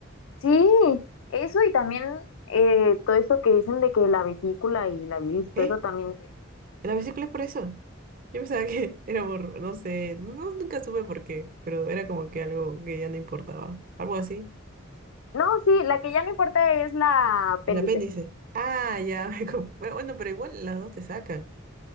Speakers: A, on the left (about 80°); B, on the right (about 45°).
A: Sí, eso y también eh, todo esto que dicen de que la vesícula y la bilis, todo
B: ¿Eh?
A: eso también.
B: La vesícula es por eso. Yo pensaba que <laughs> era por, no sé, no, no, nunca supe por qué, pero era como que algo que ya no importaba. Algo así.
A: No, sí, la que ya no importa es la apéndice.
B: El apéndice. Ah, ya. <laughs> me conf- Pero bueno, pero igual las dos te sacan.